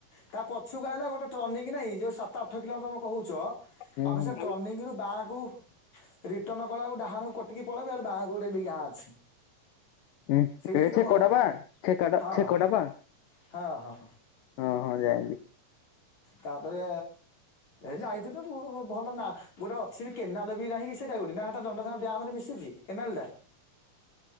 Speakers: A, on the left; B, on the left.
A: ତା ପଛୁକୁ ଆହଲା ଗୋଟେ ଟ୍ରନିକ କି ନାଇଁ ଯୋଉ ସାତ ଆଠ କିଲୋମିଟର ଚ
B: ହୁଁ
A: ଆମେ
B: ହୁଁ
A: ସେ
B: ହୁଁ
A: ଟ୍ରନିଂ ରୁ ବା କୁ ରିଟର୍ଣ କଲାକୁ ଡାହାଣକୁ କଟିକି ପଳେଇବେ ଆଉ ବା କୁ ଗୋଟେ ବି ଗାଁ ଅଛି।
B: ହଁ
A: ସେଇଟା କି ତମ
B: ଛେକ
A: ଗାଁ
B: ଟା ବା ଛେକ ଟା
A: ହଁ
B: ଛେକ ଟା।
A: ହଁ ହଁ।
B: ହଁ ଯାଇଁଲି।
A: ତାପରେ ଏ ଯାଇଥିଲୁ ଭଲ ନା ଗୋଟେ ଅଛି ବି କେନାଲ ବି ନାହିଁ କି ସେଇଟା କୋଉଠି ନା ହେଟା ଦଣ୍ଡାଧର ଡ୍ୟାରେ ମିଶିଛି କେନାଲଟା?